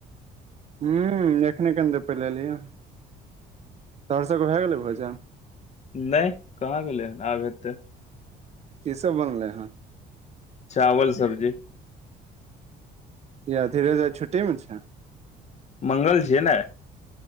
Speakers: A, on the right (about 40°); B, on the left (about 40°).
A: हु एखने कनि देर पहिले एलिय हैं। तोहर सभ के भए गेलै भोजन।
B: नहि कहाँ भेलै हन आब हतै।
A: की सभ बनले हन
B: चावल सब्जी।
A: किया धिरज आय छुट्टी मे छै।
B: मंगल छिये ने आय।